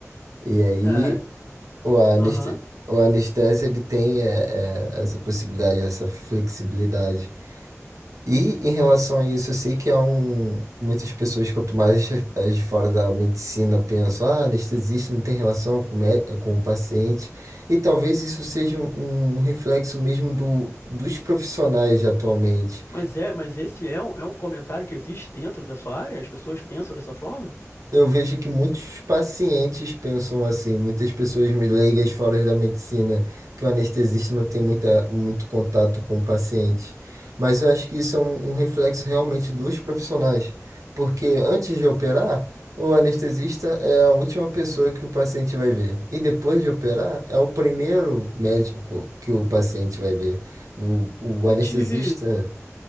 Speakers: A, on the right (about 80°); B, on the left (about 50°).
A: E aí
B: É,
A: o aneste,
B: aham.
A: o anestesia ele tem é, é, essa possibilidade, essa flexibilidade. E em relação a isso, eu sei que há um, muitas pessoas, quanto mais as, as de fora da medicina pensam, ah, anestesista não tem relação com, o mé- com o paciente. E talvez isso seja um, um reflexo mesmo do, dos profissionais de atualmente.
B: Mas é, mas esse é um, é um comentário que existe dentro da sua área? As pessoas pensam dessa forma?
A: Eu vejo que muitos pacientes pensam assim, muitas pessoas leigas fora da medicina, que o anestesista não tem muita, muito contato com o paciente. Mas eu acho que isso é um, um reflexo realmente dos profissionais, porque antes de operar, o anestesista é a última pessoa que o paciente vai ver. E depois de operar, é o primeiro médico que o paciente vai ver. O, o
B: Eu
A: anestesista
B: tive.